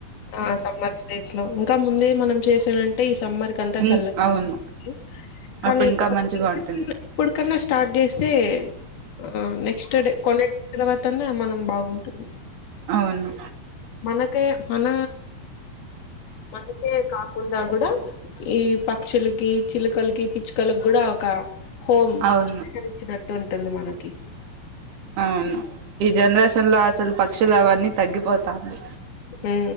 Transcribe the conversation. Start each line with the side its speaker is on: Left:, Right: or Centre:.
Left: ఆ సమ్మస్ డేస్ ఇంకా ముందే మనం చేసానంటే ఇస్ సమ్మర్ కంతా
Right: ఇం
Left: చల్లగా
Right: అవును
Left: ఉంటంది కానీ
Right: అప్పుడు ఇంకా
Left: ఇప్పటికిప్పుడు
Right: మంచిగా ఉంటుంది
Left: ఇప్పుడుకన్నా స్టార్ట్ చేసి ఆ నై ఎస్టర్డే కొనే తూరవత్ తన్నా మనం బాగుంటుంది
Right: అవును
Left: మనకే మన మనకే కాకుండా గుడా ఈ పక్షులుకి చిలకలకి పిచ్చుకలకు గుడా ఒక హోమ్
Right: అవును
Left: స్వీకరించినట్టు ఉంటుంది మనకి
Right: అవును ఈ జనరేషన్ లో అసలు పక్షి తెలఅవన్నీ తగ్గిపోతాంది
Left: ఉ